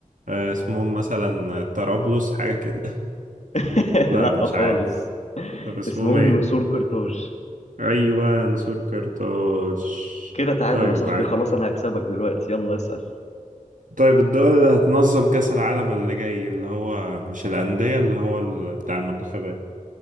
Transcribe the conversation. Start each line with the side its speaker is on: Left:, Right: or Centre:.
Right: آه... اسمهم مثلا طرابلس حاجة كده <laughs>
Left: <laughs>
Right: لا
Left: لا
Right: مش
Left: خالص
Right: عارف طب اسمهم
Left: اسمهم
Right: ايه
Left: نسور قرطاج
Right: ايوه نسور قرطاج
Left: كده تعادل
Right: طيب
Left: يا صاحبي
Right: عادي
Left: خلاص انا هكسبك دلوقتي يلا اسأل
Right: طيب الدول اللي هتنظم كأس العالم اللي جاي اللي هو مش الأندية اللي هو ال- بتاع المنتخبات